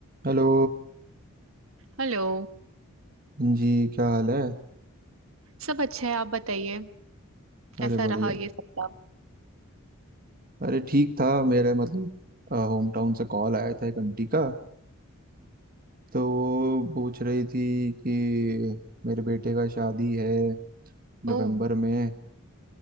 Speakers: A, on the right (about 40°); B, on the right (about 65°).
A: Hello
B: हेलो
A: जी क्या हाल है
B: सब अच्छा है आप बताइए कैसा
A: अरे बढ़िया
B: रहा ये सप्ताह
A: अरे ठीक था मेरे मतलब होम टाउन से कॉल आया था एक आंटी का तो वो पूछ रही थी कि मेरे बेटे का शादी है
B: ओह
A: नवंबर में